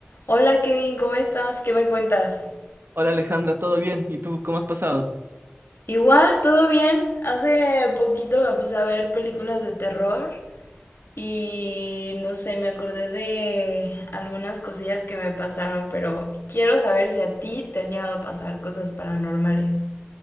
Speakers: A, on the left; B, on the right.
A: Hola Kevin, ¿cómo estás? ¿Qué me cuentas?
B: Hola Alejandra, ¿todo bien? ¿Y tú cómo has pasado?
A: Igual, todo bien. Hace poquito me puse a ver películas de terror y no sé, me acordé de algunas cosillas que me pasaron, pero quiero saber si a ti te han llegado a pasar cosas paranormales.